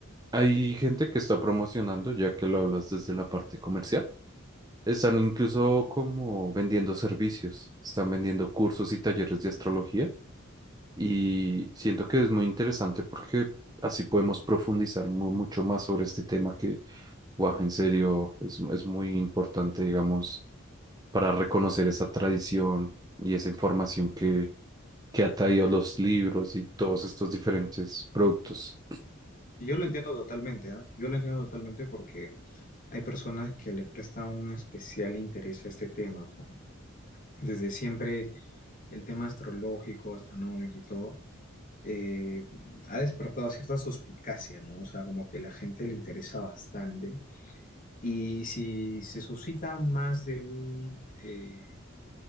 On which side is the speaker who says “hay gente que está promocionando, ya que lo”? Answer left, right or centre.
Right